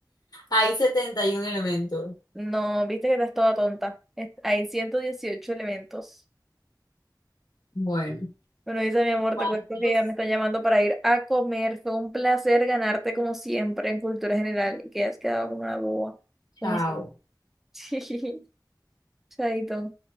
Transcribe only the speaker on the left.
Hay 71 elementos.
Bueno,
¿Cuántos?
chao.